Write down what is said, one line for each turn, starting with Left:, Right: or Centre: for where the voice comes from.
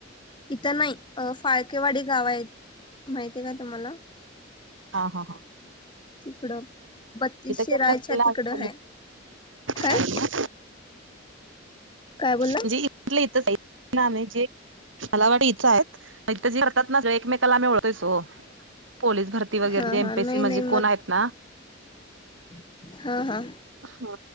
Left: इथं नाही फाळकेवाडी गाव आहे माहितीय ना तुम्हाला.
Right: हा. हा. हा.
Left: तिकडं बत्तीस शिराळायच्या
Right: करत असतील ना
Left: तिकडं
Right: आम्ही पोलीस
Left: हाय. काय.
Right: शाळेला.
Left: काय बोलला
Right: म्हणजे इथलं इथच आहे जे. मला वाट इथंच आहेत ज करतात ना एकमेकाला आमी ओळखायचो. पोलीस भरती वगैरे
Left: हा
Right: एमपीसी
Left: हा नाही
Right: म्हणजे
Left: नाही
Right: कोण आहेत ना.
Left: हा. हा. हा.
Right: हा